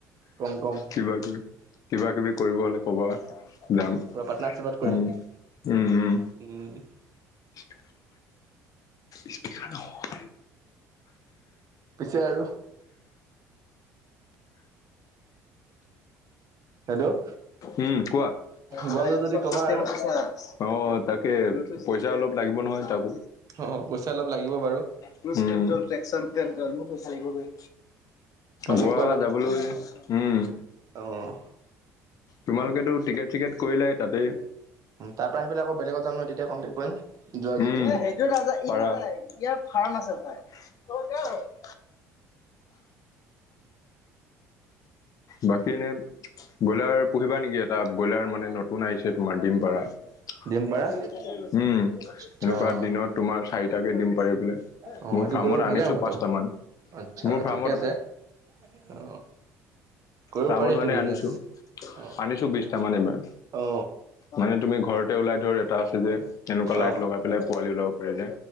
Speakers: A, on the right; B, on the left.
A: কম কম
B: কিবা-কিবি, কিবা-কিবি কৰিব হ'লে ক'বা, যাম।
A: পাট্নাৰছিপত কৰিম,
B: উম উম উম
A: উম।
B: <inaudible> ইস্পীকাৰ নহয়।
A: পিছে আৰু? হেল্ল'
B: উম কোৱা। আচ্ছা
A: গোৱা যোৱা
B: ইয়াত
A: যদি
B: চব
A: ক'বা
B: চিচতেম
A: আৰু
B: আছে ছা। অ তাকে পইচা অলপ লাগিব নহয় তাকো।
A: অ পইচা অলপ লাগিব বাৰু
B: ইউচ উম', ট্ৰিয়েক্টোল ট্ৰাকচন জান', -জানিব পইচা লাগিব বে',
A: কণ্টেক্ট
B: গোৱা যাবলৈ, উম',
A: অহ',
B: তোমালোকেটো টিকেট চিকেট কৰিলাই তাতে,
A: তাৰ পৰা আহি পেলাই আকৌ বেলেগত যাম ন তেতিয়া কণ্টেক্ট কৰিম যোৱা যদি
B: উম। পাৰা। ইয়াৰ ফাৰ্ম আছে ভাই <unintelligible> বাকী এনেই ব্ৰইলাৰ', পুহিবা নেকি? এটা ব্ৰইলাৰ মানে নতুন আহিছে তোমাৰ ডিম পাৰা', উম',
A: ডিমপাৰা আচ্ছা।
B: এনেকুৱা দিনত তোমাৰ চাৰিটাকে দিম পাৰে বোলে',
A: অ
B: মোৰ
A: সেইটো
B: ফাৰ্মত
A: কৰিব ভালে
B: আনিছোঁ
A: হ'বতো
B: পাঁচটা মান',
A: আচ্ছা
B: মোৰ ফাৰ্মত',
A: ঠিকে আছে অ কৰিব
B: ফাৰ্মত
A: পাৰি সেইটো
B: মানে
A: বিজনেচ
B: আনিছোঁ,
A: অ
B: আনিছোঁ বিশটামান এইবাৰ',
A: অ
B: মানে তুমি ঘৰতে ওলাই ধৰ ৰেত', এটা আছে যে, তেনেকুৱা
A: অ
B: লাইট লগাই পেলাই পোৱালি ওলাব পাৰে যে,